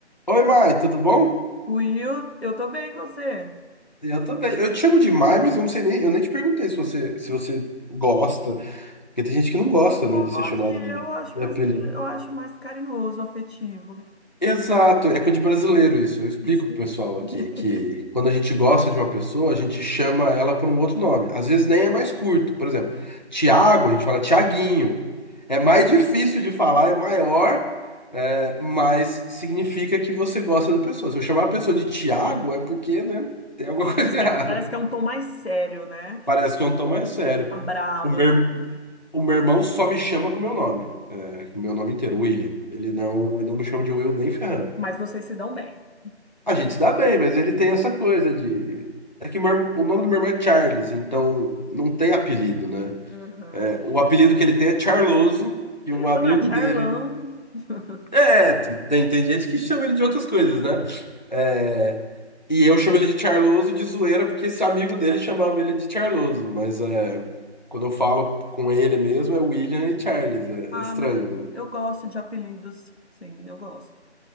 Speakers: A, on the left; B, on the left.
A: Oi, Mai, tudo bom?
B: Will, eu tô bem, você?
A: Eu também. Eu te chamo de Mai, mas eu não sei nem, eu nem te perguntei se você, se você gosta, porque tem gente que não gosta,
B: Pode,
A: né, de ser chamado
B: eu
A: de,
B: acho
A: de
B: mais,
A: apelido.
B: eu acho mais carinhoso, afetivo.
A: Exato, é coisa de brasileiro isso. Eu explico
B: Sim.
A: pro pessoal
B: <laughs>
A: aqui que quando a gente gosta de uma pessoa, a gente chama ela por um outro nome. Às vezes nem é mais curto. Por exemplo, Tiago, a gente fala Tiaguinho. É mais difícil de falar, é maior, é, mas significa que você gosta da pessoa. Se eu chamar a pessoa de Tiago, é porque, né, tem alguma
B: Parece
A: <laughs> coisa errada.
B: que é, parece que é um tom mais sério, né?
A: Parece que é um tom mais sério.
B: Bravo,
A: O meu,
B: assim.
A: ir- o meu irmão só me chama com o meu nome. É, com o meu nome inteiro, William. Ele não, ele não me chama de Will nem ferrando.
B: Mas vocês se dão bem.
A: A gente se dá bem, mas ele tem essa coisa de. É que o, meu ir- o nome do meu irmão é Charles, então não tem apelido, né?
B: Aham,
A: É, o
B: sim.
A: apelido que ele tem é Charloso, e
B: Eu
A: um
B: ia
A: amigo
B: falar Charlão.
A: dele
B: <laughs>
A: É, tem, tem gente que chama ele de outras coisas, né? É, e eu chamo ele de Charloso de zoeira, porque esse amigo dele chamava ele de Charloso, mas é, quando eu falo com ele mesmo é William e Charles, é,
B: Ah,
A: é estranho,
B: mas eu,
A: né?
B: eu gosto de apelidos. Sim, eu gosto.